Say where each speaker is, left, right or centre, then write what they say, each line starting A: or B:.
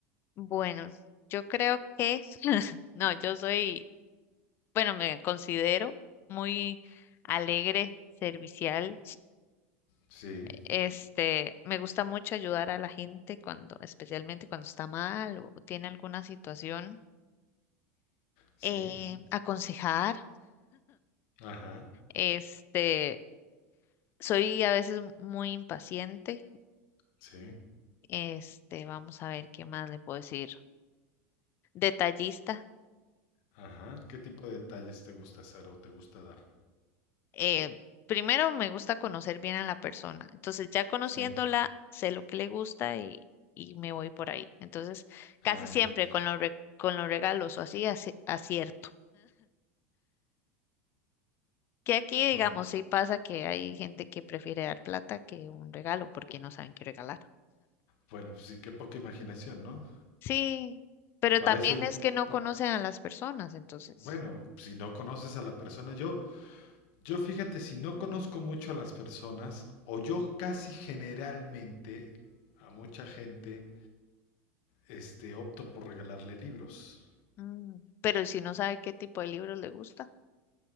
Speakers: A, on the left; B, on the left.
A: Bueno, yo creo que, no, yo soy, bueno, me considero muy alegre, servicial.
B: Sí,
A: Este, me gusta mucho ayudar a la gente cuando, especialmente cuando está mal o tiene alguna situación,
B: sí,
A: eh, aconsejar.
B: ajá,
A: Este, soy a veces muy impaciente.
B: sí,
A: Este, vamos a ver qué más le puedo decir. Detallista.
B: ajá. ¿Qué tipo de detalles te gusta hacer o te gusta dar?
A: eh, primero me gusta conocer bien a la persona. Entonces, ya conociéndola,
B: Sí,
A: sé lo que le gusta y, y me voy por ahí. Entonces,
B: ah,
A: casi siempre
B: ya.
A: con los, re- con los regalos o así, aci- acierto. Que aquí, digamos,
B: O-
A: sí pasa que hay gente que prefiere dar plata que un regalo porque no saben qué regalar.
B: bueno, pues sí, qué poca imaginación, ¿no?
A: Sí, pero
B: Para
A: también
B: eso, im-
A: es que no
B: pa-
A: conocen a las personas, entonces.
B: bueno, si no conoces a la persona, yo, Yo fíjate, si no conozco mucho a las personas, o yo casi generalmente a mucha gente, este, opto por regalarle libros.
A: mm, Pero ¿y si no sabe qué tipo de libros le gusta?